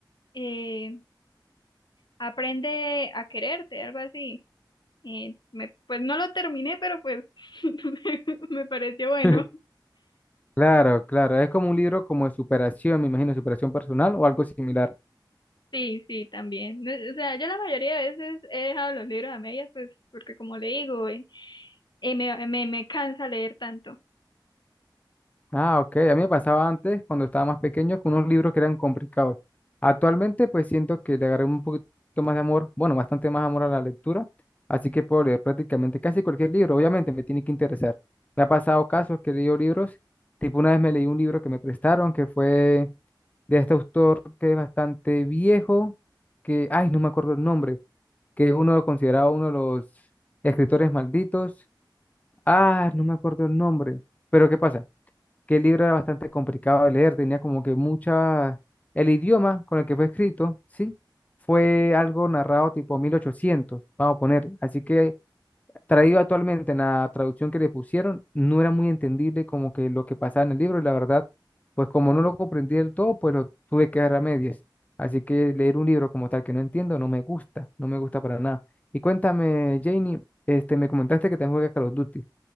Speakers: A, on the left (about 65°); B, on the left (about 20°).
A: eh, Aprende a quererte, algo así. Eh, me- pues no lo terminé, pero pues <laughs> me pareció bueno.
B: <laughs> Claro, claro, es como un libro como de superación, me imagino, superación personal o algo similar.
A: Sí, sí, también. No, O sea, yo la mayoría de veces he dejado los libros a medias, pues, porque como le digo, eh, eh, me, me, me cansa leer tanto.
B: Ah, ok, a mí me pasaba antes, cuando estaba más pequeño, con unos libros que eran complicados. Actualmente, pues siento que le agarré un poquito más de amor, bueno, bastante más amor a la lectura, así que puedo leer prácticamente casi cualquier libro, obviamente me tiene que interesar. Me ha pasado casos que he leído libros, tipo una vez me leí un libro que me prestaron, que fue de este autor que es bastante viejo, que, ay, no me acuerdo el nombre que es uno considerado uno de los escritores malditos. Ah, no me acuerdo el nombre. Pero ¿qué pasa? Que el libro era bastante complicado de leer, tenía como que mucha... El idioma con el que fue escrito, sí, fue algo narrado tipo 1800 vamos a poner. Así que traído actualmente en la traducción que le pusieron, no era muy entendible como que lo que pasaba en el libro y la verdad, pues como no lo comprendí del todo, pues lo tuve que dejar a medias. Así que leer un libro como tal que no entiendo no me gusta, no me gusta para nada. Y cuéntame, Janie, este, me comentaste que también juegas Call of Duty.